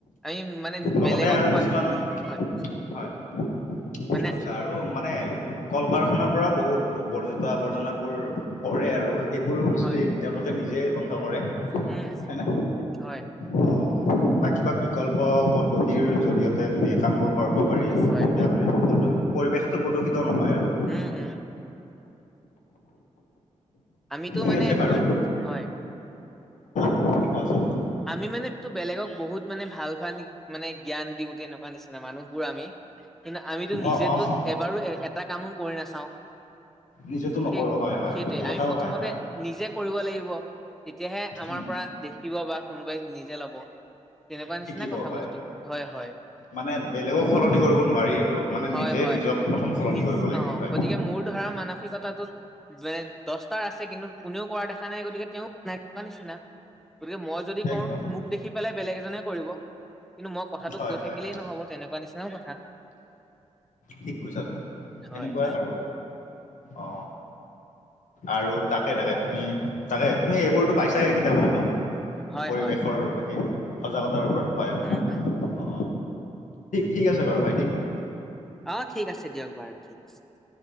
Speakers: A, in the centre; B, on the left (about 75°).
A: আমি মানে
B: লগতে
A: বেলেগক
B: আৰু
A: হয়
B: কিছুমান হয়
A: মানে
B: ঠিক কৈছা আৰু মা মানে কল কাৰখানাৰ পৰাও বহুত বৰ্জিত আৱৰ্জনাবোৰ পৰে আৰু সেইবোৰো
A: হয়
B: যদি তেওঁলোকে নিজেই বন্ধ কৰে
A: উম
B: হয় ন
A: হয়
B: অ' বা কিবা বিকল্প পদ্ধতিৰ জৰিয়তে যদি কাম বোৰ। কৰিব পাৰি
A: হয়
B: তেতিয়া মানে প্ৰদ পৰিৱেশটো প্ৰদূষিত। নহয় আৰু
A: উম উম। আমিতো
B: ঠিক
A: মানে
B: আছে বাৰু
A: ধৰি হয়।
B: কোৱা ছোন
A: আমি মানে তটো বেলেগক বহুত মানে ভাল ভাল মানে জ্ঞান দিওঁ তেনেকুৱা নিচিনা মানুহবোৰ আমি কিন্তু আমিতো নিজেতো
B: অ' অ'
A: এবাৰো এটা কামো কৰি নাচাওঁ
B: নিজেতো নকৰোঁ
A: সেই
B: হয় হয়
A: সেইটোৱে
B: এইটো কথাও
A: আমি প্ৰথমতে
B: হয় হয়
A: নিজে কৰিব লাগিব তেতিয়াহে আমাৰ
B: উম
A: পৰা দেখিব বা কোনোবাই নিজে লব তেনেকুৱা নিচিনা
B: শিকিব
A: কথা
B: হয়
A: বস্তুবোৰ হয় হয়
B: মানে বেলেগক সলনি কৰিব নোৱাৰি আৰু মানে
A: হয়
B: নিজে
A: হয়
B: নিজক প্ৰথম সলনি
A: নি
B: কৰিব লাগিব
A: অ
B: হয়
A: গতিকে মোৰ ধৰা মানসিকতা দহটাৰ আছে কিন্তু কোনেও কৰা দেখা নাই গতিকে তেওঁ <unintelligible> নিচিনা গতিকে মই যদি কৰো
B: একদম
A: মোক দেখি পেলাই বেলেগ এজনে কৰিব কিন্তু মই কথাটো
B: হয়
A: কৈ
B: হয়
A: থাকিলেই নহব তেনেকুৱা নিচিনাও কথা
B: ঠিক কৈছা তুমি
A: হয়
B: এনেকুৱা
A: হয়
B: আৰু অ আৰু তাকে তাকে তুমি তাকে তুমি এইবোৰতো পাইছাহে কিতাপত ন
A: হয়
B: পৰিৱেশৰ
A: হয়
B: সেই সজাগতাৰ ওপৰত হয় হয়
A: উম উম
B: অ ঠিক আছে বাৰু ভাইটি
A: অ ঠিক আছে দিয়ক বাৰু ঠিক আছে